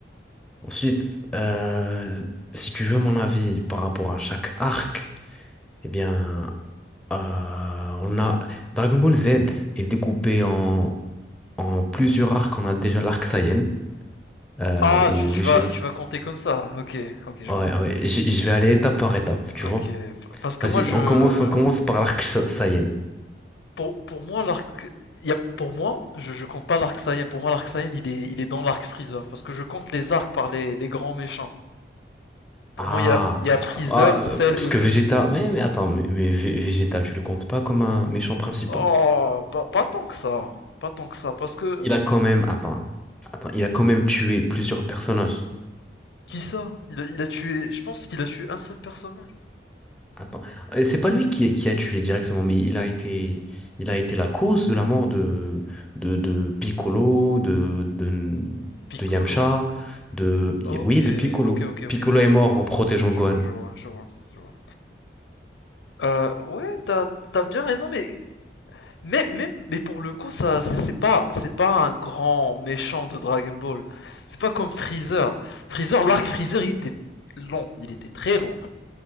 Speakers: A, in the centre; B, on the left.
A: Ensuite, euh, si tu veux mon avis par rapport à chaque arc, eh bien, euh, on a Dragon Ball Z est découpé en, en plusieurs arcs. On a déjà l'arc Saiyan, euh,
B: Ah,
A: où
B: tu, tu
A: Vegeta.
B: vas tu vas compter comme ça. Ok, ok, je
A: Ouais,
B: vois.
A: ouais, j- je vais aller étape par étape, tu
B: Ok,
A: vois.
B: parce que
A: Vas-y,
B: moi je,
A: on commence, on commence par l'arc Sa- Saiyan.
B: pour, pour moi l'arc, il y a pour moi, je, je compte pas l'arc Saiyan. Pour moi l'arc Saiyan, il est il est dans l'arc Freezer, parce que je compte les arcs par les, les grands méchants. Pour
A: Ah,
B: moi, il y a il y a Freezer,
A: ah,
B: Cell
A: euh, parce
B: et
A: que
B: Boo.
A: Vegeta, mais, mais attends, mais, mais Ve- Vegeta, tu le comptes pas comme un méchant principal?
B: Oh, pas, pas tant que ça. Pas tant que ça. Parce que.
A: Il a quand
B: c'est-
A: même, attends, attends, il a quand même tué plusieurs personnages.
B: Qui ça il a, il a tué. Je pense qu'il a tué un seul personnage.
A: Attends, Et c'est pas lui qui, qui a tué directement, mais il a été, il a été la cause de la mort de, de, de Piccolo, de, de,
B: Piccolo.
A: de Yamcha, de,
B: Ok,
A: oui, de Piccolo.
B: ok, ok,
A: Piccolo
B: ok, je vois,
A: est mort
B: je vois.
A: en protégeant
B: Je
A: Gohan.
B: vois, je vois, je vois, je vois. Euh, ouais, t'as, t'as bien raison, mais. Mais, mais, mais pour le coup, ça, c'est c'est pas, c'est pas un grand méchant de Dragon Ball. C'est pas comme Freezer. Freezer, l'arc Freezer, il était long, il était très long.